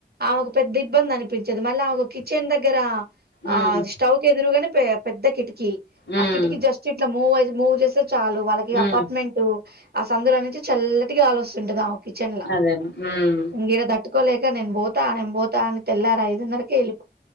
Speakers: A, on the right; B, on the left.
A: ఆమెకు పెద్ద ఇబ్బంది అనిపించేది మళ్ళ ఆమె ఒక కిచెన్ దగ్గర
B: ఉమ్
A: ఆ స్టవ్ కి ఎదురుగానే పె పెద్ద కిటికీ ఇ
B: ఉమ్
A: జస్ట్ ఇలాూ్ చాలు వాళ్ళకి
B: ఉమ్
A: అపార్ట్మెంట్ ఆ సందురా నుంచి చల్లటిగాలు వస్తుంటుది కిచన్
B: అదేలే ఉమ్
A: అంగిరా దాట్ కోలేక నేను పోతా నేను పోతా అని తెల్లారు ఐదున్నరకి వెళ్